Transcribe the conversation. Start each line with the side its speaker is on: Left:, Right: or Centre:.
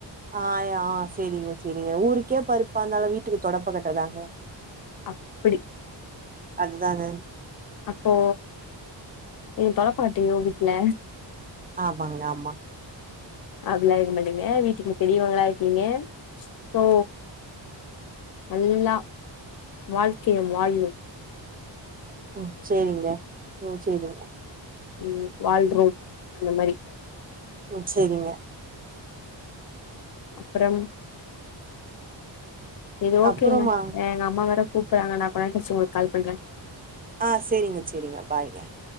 Right: ஆஹ சேரிங்க சேரிங்க ஊருக்கே பருப்பா இருந்தாலும் வீட்டுக்கு தொடப்ப கட்டதாங்க
Left: அப்டி
Right: அதுதானே
Left: அப்போ நீ தொடப்பகட்ட உங்க வீட்ல
Right: ஆமாங்க ஆமா
Left: அப்டிலாம் இருக்க மாட்டீங்க வீட்டுக்கு பெரியவங்களா இருக்கீங்க சோ நல்லா வாழ்க்கைய வாழ்னும்
Right: ம் சேரிங்க ம் சேரிங்க
Left: உம் வாழ்ரோம் அந்த மாரி
Right: உம் செரிங்க
Left: அப்புறம் செரி ஓகேங்க
Right: அப்புறமா
Left: எங்க அம்மா வேற கூப்பிடுறாங்க நான் கொஞ்சம் கழிச்சு கால் பண்றேன்
Right: ஆஹ சேரிங்க சேரிங்க பாய்ங்க